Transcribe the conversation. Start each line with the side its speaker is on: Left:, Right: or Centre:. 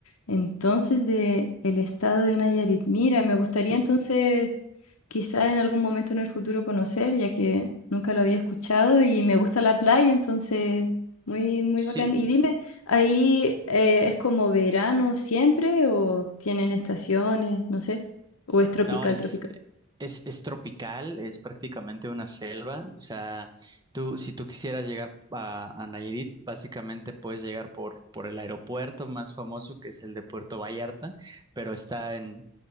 Left: Entonces, de el estado de Nayarit. Mira, me gustaría
Right: Sí,
Left: entonces quizá en algún momento en el futuro conocer, ya que nunca lo había escuchado y me gusta la playa, entonces muy, muy
Right: sí,
Left: bacán. Y dime, ¿ahí eh, es como verano siempre o tienen estaciones, no sé, o es tropical,
Right: No, es,
Left: tropical?
Right: es, es tropical, es prácticamente una selva. O sea, tú, si tú quisieras llegar a, a Nayarit, básicamente puedes llegar por, por el aeropuerto más famoso, que es el de Puerto Vallarta, pero está en,